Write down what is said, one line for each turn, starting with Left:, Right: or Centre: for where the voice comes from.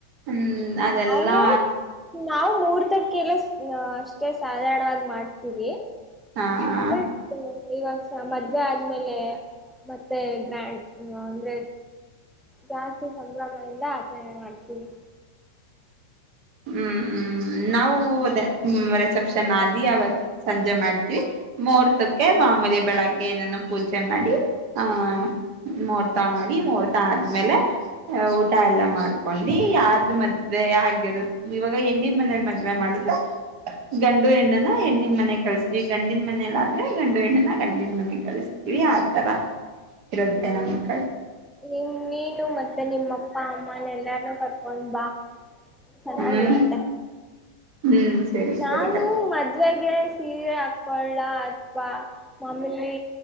Right: ಹ್ಮ್ ಅದೆಲ್ಲಾ
Centre: ನಾವು ನಾವು ಮೂರ್ತಿ ಕ್ಕೆಲ್ಲ <unintelligible> ಅಷ್ಟೇ ಸಾಧಾರಣವಾಗಿ ಮಾಡ್ತೀವಿ
Right: ಹಾ ಹಾ
Centre: ಬಟ್ ಇವಾಗ ಸ ಮದುವೆ ಆದ್ಮೇಲೆ ಮತ್ತೆ ಗ್ರ್ಯಾಂಡ್ ಇ ಅಂದ್ರೆ ಜಾಸ್ತಿ ಸಂಭ್ರಮದಿಂದ ಆಚರಣೆ ಮಾಡ್ತೀವಿ
Right: ಹ್ಮ್ ಹ್ಮ್ ನಾವು ರೆಿಸೆಪ್ಷನ್ ಆದಿ ಅವಾಗ ಸಂಜೆ ಪೂಜೆ ಮಾಡ್ತೀವಿ ಮುಹೂರ್ತಕ್ಕೆ
Centre: ಹ್ಮ್
Right: ಮಾಮೂಲಿ ಬೆಳಗ್ಗೆ ಏನ ಪೂಜೆ ಮಾಡಿ ಆಹ್ ಮೂೋರ್ತ ಮಾಡಿ ಮೂೋರ್ತ ಆದ್ಮೇಲೆ ಊಟ ಎಲ್ಲ ಮಾಡ್ಕೊಂಡು ಯಾರ ದು <unintelligible> ಮದುವೆ ಆಗಿರುತ್ತೆ ಇವಾಗ ಹೆಣ್ಣಿನ ಮನಲಿ ಮದ್ವೆ ಮಾಡಿದ್ರೆ ಗಂಡು ಹೆಣ್ಣಿನ ಹೆಣ್ಣನ್ ಮನೆ ಕಲ್ಸ್ತೀವಿ ಗಂಡಿನ ಮನೇಲಾದ್ರೆ ಗಂಡು ಹೆಣ್ಣನ ಗಂಡಿನ ಮನೆ ಕಲ್ಸ್ತೀವಿ ಆತರ ಇರುತ್ತೆ
Centre: ಹ್ಮ
Right: ನಮ್ಕ
Centre: ನಿಮ್ ನೀನು ಮತ್ತೆ ನಿಮ್ಮಪ್ಪ ಅಮ್ಮನ ಎಲ್ಲಾರ್ನುೂ ಕರ್ಕೊಂಡ್ ಬಾ ಚೆನ್ನಾಗಿರುತ್ತೆ
Right: ಹ್ಮ್ ಹ್ಮ್ ಸರಿ
Centre: ನಾನು
Right: ಸರಿ ಕರಿ
Centre: ಮದ್ವೆೆಗೆ ಸೀರೆ ಹಾಕಳ ಅಥವಾ ಮಾಮೀಲಿ